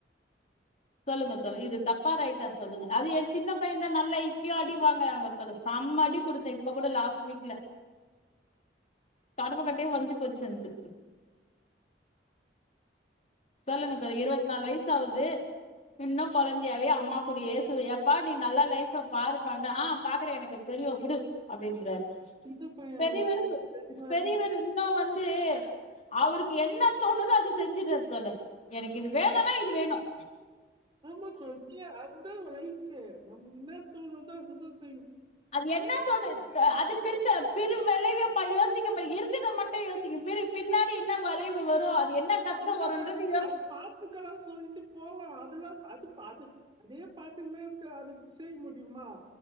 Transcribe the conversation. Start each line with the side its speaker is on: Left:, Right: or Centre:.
Left: சொல்லுங்க சொல்லுங்க இது தப்பா ரைட்டா சொல்லுங்க அது என் சின்ன பையன் தான் இப்பயும் நல்லா அடி வாங்கறாங்க செம அடி கொடுத்தேன் இப்ப கூட லாஸ் வீக்ல தொடப்பக்கட்ட அப்படியே ஒஞ்சி போச்சு எனுது சொல்லுங்க தோழர் இருபத்தி நாலு வயசு ஆகுது இன்னும் கெழந்தையாவே அம்மா கூடி சு எப்பா நீ நல்லா லைப் பாருப்பா ஆஹ் நான் பாக்குறேன் எனக்கு தெரியும் விடு அப்படின்றாரு
Right: சின்ன பையன்
Left: பெரியவர்
Right: வந்து
Left: சோ
Right: தெளிவா
Left: பெரியவர்
Right: இருந்தா
Left: இன்னும் வந்து அவருக்கு என்ன தோணுதோ அதை செஞ்சிறாரு தோழர் எனக்கு இது வேணும்னா இது வேணும்
Right: ஆமா தோழி அதான் லைப் நமக்கு என்ன தோணுதோ அதுதான் சோ
Left: அது என்னத்தோடு ஆ அது பிறக்க பிற விளைவு யோசிக்க முடிய இருக்குத மட்டும் யோசிக்கக்கும் பின்னாடி என்ன விளைவு வரும் அது கஷ்ட
Right: என்ன
Left: வருன்றது
Right: வேண
Left: யோசி
Right: அந்த பாட்டு தான் சொல்லிட்டு போகலாம் அதே பார்த்தங்கா பாத்துக்குனே அப்படியே செய்ய முடியுமா